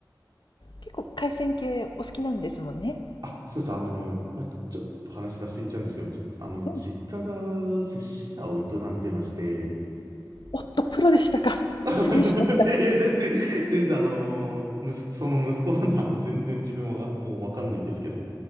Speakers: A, on the left; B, on the right.
A: 結構海鮮系お好きなんですもんね。
B: あ、そうです、あの、ま、ちょっと話脱線しちゃうんですけど、ちょっと、あの、
A: うん。
B: 実家が寿司屋を営んでまして、
A: おっと、プロでしたか。<laughs>
B: <laughs>
A: 失礼しました。
B: いやいや、全然、全然、あの、むす、その息子なんで、あの、全然自分はもうわかんないんですけど、